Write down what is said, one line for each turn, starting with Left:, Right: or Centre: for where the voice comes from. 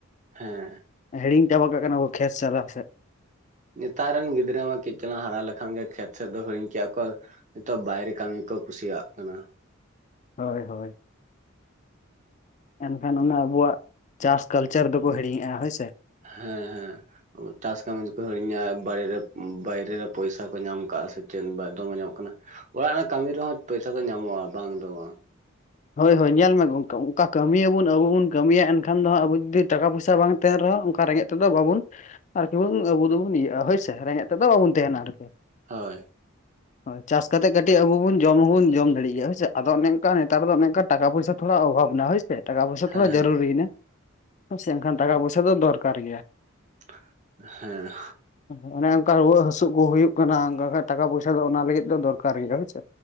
Right: ᱦᱮᱸ᱾
Left: ᱦᱤᱲᱤᱧ ᱪᱟᱵᱟ ᱠᱟᱜ ᱠᱟᱱᱟ ᱠᱚ ᱠᱷᱮᱛ ᱪᱟᱞᱟᱣ ᱥᱮᱜ᱾
Right: ᱱᱮᱛᱟᱨ ᱨᱮᱱ ᱜᱤᱫᱽᱨᱟᱹ ᱢᱟ ᱠᱟᱹᱡ ᱪᱟᱞᱟᱝ ᱦᱟᱨᱟ ᱞᱮᱠᱷᱟᱱ ᱜᱮ ᱠᱷᱮᱛ ᱥᱮᱫ ᱫᱚ ᱦᱤᱲᱤᱧ ᱠᱮᱜ-ᱟ ᱠᱚ᱾ ᱱᱤᱛᱚᱜ ᱵᱟᱭᱨᱮ ᱠᱟᱢᱤ ᱠᱚ ᱠᱩᱥᱤ ᱭᱟᱜ ᱠᱟᱱᱟ᱾
Left: ᱦᱳᱭ ᱦᱳᱭ᱾ ᱮᱱᱠᱷᱟᱱ ᱚᱱᱟ ᱟᱹᱵᱩᱣᱟᱜ, ᱪᱟᱥ ᱠᱟᱞᱪᱚᱨ ᱫᱚᱠᱚ ᱦᱤᱲᱤᱧᱮᱜ-ᱟ ᱦᱳᱭ ᱥᱮ᱾
Right: ᱦᱮᱸ ᱦᱮᱸ᱾ ᱪᱟᱥ ᱠᱟᱢᱤ ᱫᱚᱠᱚ ᱦᱤᱲᱤᱧᱟ ᱵᱟᱲᱮ‌ ᱨᱮ ‌ᱩᱢ‌ ᱵᱟᱭᱨᱮ ᱨᱮ ᱯᱚᱭᱥᱟ ᱠᱚ ᱧᱟᱢ ᱠᱟᱜ-ᱟ ᱥᱮ ᱪᱮᱱ ᱵᱟ ᱫᱚᱢᱮ ᱧᱟᱢᱚᱜ ᱠᱟᱱᱟ᱾ ᱚᱲᱟᱜ ᱨᱮᱱᱟᱜ ᱠᱟᱢᱤ ᱨᱮᱦᱚᱸ ᱯᱚᱭᱥᱟ ᱫᱚ ᱧᱟᱢᱚᱜ-ᱟ ᱵᱟᱝ ᱫᱚ ᱵᱟᱝ᱾
Left: ᱦᱳᱭ ᱦᱳᱭ ᱧᱮᱞ ᱢᱮ ᱜᱚᱝᱠᱮ ᱚᱱᱠᱟ ᱠᱟᱹᱢᱤ ᱭᱟᱹᱵᱩᱱ ᱟᱹᱵᱩ ᱵᱩᱱ ᱠᱟᱹᱢᱤᱭᱟ ᱮᱱᱠᱷᱟᱱ ᱫᱚ ᱦᱟᱸᱜ, ᱟᱵᱚ ᱡᱩᱫᱤ ᱴᱟᱠᱟ ᱯᱚᱭᱥᱟ ᱵᱟᱝᱼᱼ ᱛᱮᱱ ᱨᱮᱦᱚᱸ ᱚᱱᱠᱟ ᱨᱮᱸᱜᱮᱡ ᱛᱮᱫᱚ ᱵᱟᱵᱩᱱ ᱟᱨ ᱠᱤ ᱵᱩᱱ ᱟᱹᱵᱩ ᱫᱩᱵᱩᱱ ᱤᱭᱟᱹᱜ-ᱟ ᱦᱳᱭ ᱥᱮ᱾ ᱨᱮᱸᱜᱮᱡᱼᱼ ᱛᱮᱫᱟ ᱵᱟᱵᱚᱱ ᱛᱟᱦᱮᱱᱟ ᱟᱨ ᱠᱤ᱾
Right: ᱦᱳᱭ
Left: <unintelligible> ᱪᱟᱥ ᱠᱟᱛᱮᱜ ᱠᱟᱹᱴᱤᱡ ᱟᱹᱵᱩ ᱵᱩᱱ ᱡᱚᱢ ᱦᱚᱸ ᱵᱩᱱ ᱡᱚᱢ ᱫᱟᱲᱤᱭᱟᱜ ᱜᱮᱭᱟ ᱦᱳᱭ ᱥᱮ, ᱟᱫᱚ ᱚᱱᱮ ᱚᱝᱠᱟ ᱱᱮᱼ ᱟᱫᱟ ᱚᱱᱮ ᱚᱝᱠᱟ ᱴᱟᱠᱟ ᱯᱚᱭᱥᱟ ᱛᱷᱚᱲᱟ ᱚᱵᱷᱟᱵᱽ ᱮᱱᱟ ᱦᱳᱭ ᱥᱮ᱾ ᱴᱟᱠᱟ ᱯᱚᱭᱥᱟ
Right: ᱦᱮᱸ
Left: ᱛᱷᱚᱲᱟ ᱡᱟᱹᱨᱩᱨᱤ,
Right: ᱦᱮᱸ
Left: <inaudible> ᱭᱮᱱᱟ ᱥᱮ ᱮᱱᱠᱷᱟᱱ ᱴᱟᱠᱟ ᱯᱚᱭᱥᱟ ᱫᱚ ᱫᱚᱨᱠᱟᱨ ᱜᱮᱭᱟ᱾
Right: <inaudible> ᱦᱮᱸ᱾
Left: ᱦᱚᱸᱜ ᱚᱱᱮ ᱚᱱᱠᱟ ᱨᱩᱣᱟᱹ ᱦᱟᱹᱥᱩᱜ ᱠᱚ ᱦᱩᱭᱩᱜ ᱠᱟᱱᱟ ᱚᱱᱠᱟ ᱠᱷᱟᱡ‌ ᱴᱟᱠᱟ ᱯᱚᱭᱥᱟ ᱫᱚ ᱚᱱᱟ ᱞᱟᱹᱜᱤᱫ ᱫᱚ ᱫᱚᱨᱠᱟᱨ ᱜᱮᱭᱟ ᱦᱳᱭ ᱥᱮ᱾